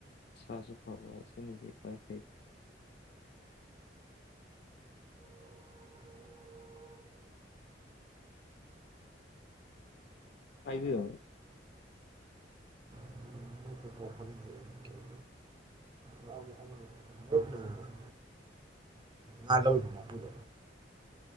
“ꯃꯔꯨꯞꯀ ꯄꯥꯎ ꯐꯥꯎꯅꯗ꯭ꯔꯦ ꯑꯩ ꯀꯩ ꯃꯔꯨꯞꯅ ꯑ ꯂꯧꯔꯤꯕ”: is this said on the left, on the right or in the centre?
Right